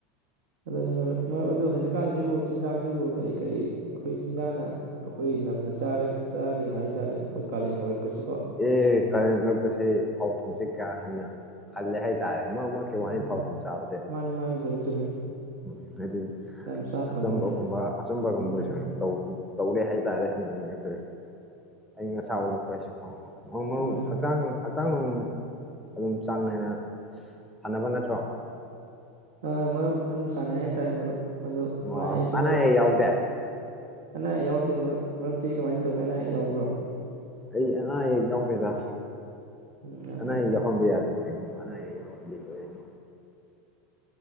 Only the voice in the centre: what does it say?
ꯑꯦ ꯀꯥꯂꯦꯟ ꯑꯣꯔꯛꯄꯁꯦ ꯊꯥꯎ ꯊꯨꯝꯁꯦ ꯀꯥ ꯍꯟꯅ ꯍꯜꯂꯦ ꯍꯥꯏꯇꯥꯔꯦ ꯃꯔꯛ ꯃꯔꯛꯀꯤ ꯋꯥꯍꯩ
ꯊꯥꯎ ꯊꯨꯝ ꯆꯥꯕꯁꯦ
ꯎꯝ ꯍꯥꯏꯗꯤ
ꯑꯆꯝꯕꯒꯨꯝꯕ
ꯑꯆꯝꯕꯒꯨꯝꯕꯁꯨ
ꯇꯧꯕꯨ ꯇꯧꯔꯦ ꯍꯥꯏꯇꯥꯔꯦ ꯍꯟꯗꯛꯁꯦ ꯑꯌꯤꯡ ꯑꯁꯥ ꯑꯣꯜꯂꯛꯄꯩꯁꯨ ꯑꯣ ꯃꯔꯨꯞ
ꯍꯛꯆꯥꯡ ꯍꯛꯆꯥꯡ ꯅꯨꯡ ꯑꯗꯨꯝ ꯆꯥꯡ ꯅꯥꯏꯅ ꯁꯥꯟꯅꯕ ꯅꯠꯇ꯭ꯔꯣ
ꯑꯣ
ꯑꯅꯥ
ꯑꯌꯦꯛ ꯌꯥꯎꯗꯦ
ꯑꯩ ꯑꯅꯥꯌꯦꯛ ꯌꯥꯎꯗꯦꯗ
ꯑꯅꯥꯌꯦꯛ
ꯌꯥꯎꯍꯟꯕ ꯌꯥꯗꯦ ꯀꯔꯤꯅꯣ ꯑꯅꯥꯌꯦꯛ ꯌꯥꯎꯔꯗꯤ ꯂꯣꯏꯔꯦ꯫